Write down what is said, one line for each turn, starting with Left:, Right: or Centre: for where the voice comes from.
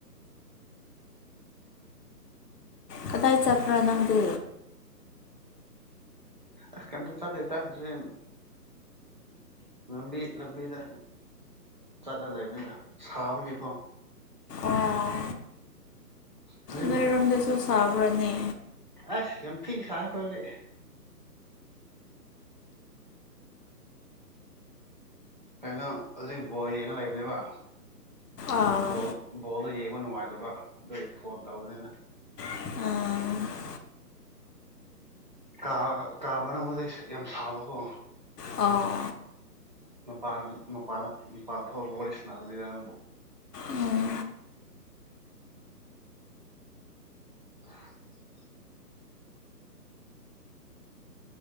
Left: ꯀꯗꯥꯏ ꯆꯠꯄ꯭ꯔꯥ ꯅꯪꯗꯤ
Right: ꯑꯁ ꯀꯤꯝꯇ ꯆꯠꯇꯦꯗ <unintelligible> ꯂꯝꯕꯤ ꯂꯝꯕꯤꯗ ꯆꯠꯂ ꯂꯩꯕꯅꯤꯗ ꯁꯥꯕꯒꯤꯀꯣ
Left: ꯑꯣ
Right: ꯍꯧꯖꯤꯛ
Left: ꯅꯣꯏꯔꯣꯝꯗꯁꯨ ꯁꯥꯕ꯭ꯔꯅꯦ
Right: ꯑꯁ ꯌꯥꯝ ꯊꯤ ꯁꯥꯢ ꯑꯩꯈꯣꯢꯗꯤ ꯀꯩꯅꯣ ꯍꯧꯖꯤꯛ ꯕꯣꯜ ꯌꯦꯡꯉ ꯂꯩꯕꯅꯦꯕ
Left: ꯑꯥ
Right: ꯕꯣꯜ ꯕꯣꯜꯗꯣ ꯌꯦꯡꯕ ꯅꯨꯡꯉꯥꯏꯇꯕ ꯑꯗꯨꯒꯤ ꯐꯣꯟ ꯇꯧꯕꯅꯤꯗ
Left: ꯑꯥ
Right: ꯀꯥ ꯀꯥ ꯃꯅꯨꯡꯗꯗꯤ ꯌꯥꯝ ꯁꯥꯕꯀꯣ
Left: ꯑꯣ
Right: ꯃꯄꯜ ꯃꯄꯜ ꯃꯄꯜ ꯊꯣꯛꯂꯒ ꯋꯥꯔꯤ ꯁꯥꯟꯅꯕꯅꯤꯗ ꯅꯪꯕꯨ
Left: ꯎꯝ
Right: <inaudible>